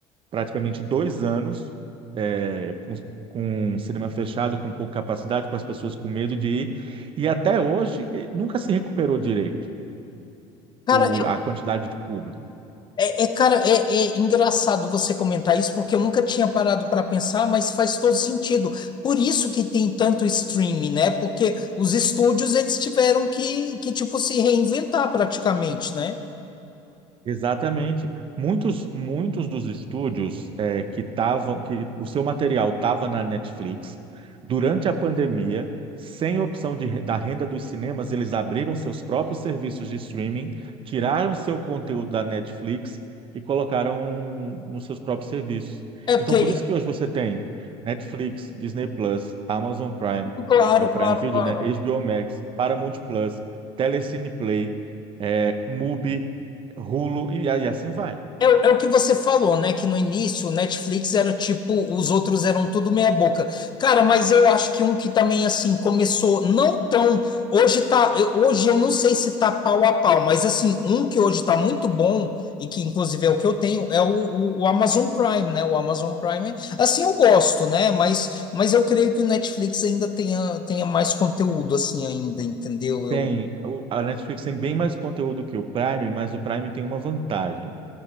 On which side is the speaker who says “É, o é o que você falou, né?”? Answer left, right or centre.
Left